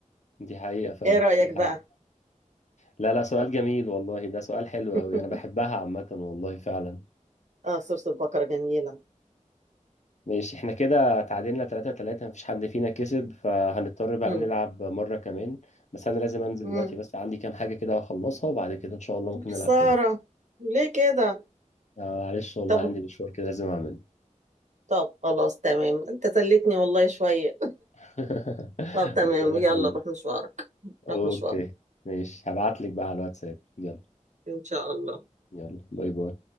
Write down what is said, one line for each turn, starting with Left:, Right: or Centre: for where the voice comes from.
Left: دي حقيقة فعلا
Right: ايه رايك
Left: دي حقيقة
Right: بقى
Left: لا لا سؤال جميل والله ده سؤال حلو
Right: <laughs>
Left: قوي انا بحبها عامة والله فعلا
Right: اه سوره البقره جميله
Left: ماشي احنا كده تعادلنا تلاتة تلاتة مفيش حد فينا كسب فهنضطر بقى
Right: امم
Left: نلعب مرة كمان بس أنا لازم أنزل
Right: امم
Left: دلوقتي بس عندي كام حاجة كده هخلصها وبعد كده إن شاء الله ممكن نلعب
Right: خساره
Left: تاني
Right: ليه كده
Left: آه، معلش والله
Right: طب
Left: عندي مشوار كده لازم أعمله
Right: طب خلاص تمام انت سليتني والله شويه
Left: <laughs>
Right: طب تمام
Left: ربنا يخليك
Right: يلا روح مشوارك
Left: أوكي
Right: روح مشوارك
Left: ماشي هبعتلك بقى على الواتساب يلا
Right: إن شاء الله
Left: يلا باي باي